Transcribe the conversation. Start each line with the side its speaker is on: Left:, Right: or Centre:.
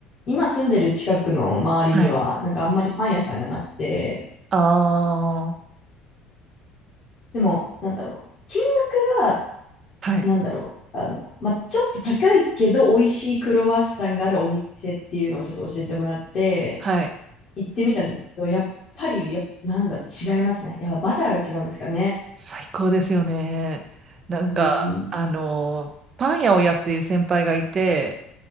Left: 今住んでる近くの周りには、
Right: はい。
Left: なんかあんまりパン屋さんがなくて、
Right: ああ、
Left: でも、なんだろう。金額
Right: はい。
Left: なんだろう、あの、まあ、ちょっと高いけど美味しいクロワッサンがあるお店っていうのをちょっと教えてもらって、
Right: はい。
Left: 行ってみたんですけど、やっぱり、や、なんだろう、違いますね。やっぱバターが違うんですかね。
Right: 最高ですよね。なんか、
Left: うん。
Right: あの、パン屋をやっている先輩がいて、